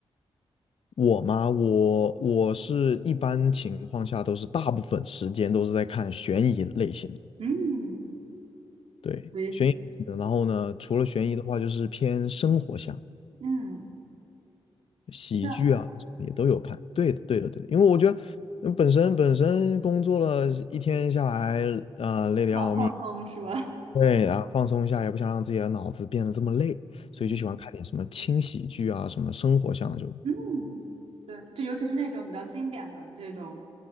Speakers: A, on the left; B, on the right.
A: 我嘛，我我是一般情况下都是大部分时间都是在看悬疑类型的，
B: 嗯，
A: 对，
B: 我。
A: 悬疑类型的。然后呢，除了悬疑的话，就是偏生活向。
B: 嗯，
A: 喜剧啊也都有看。
B: 这样
A: 对的，对的，对的，因为我觉得嗯本身本身工作了一天下来，啊、累得要命，
B: 这样放松是吧？
A: 对，然后放松一下，也不想让自己的脑子变得这么累，
B: <laughs>
A: 所以就喜欢看点什么轻喜剧啊，
B: 嗯
A: 什么生活向就。
B: 嗯，对，就尤其是那种比较经典的这种，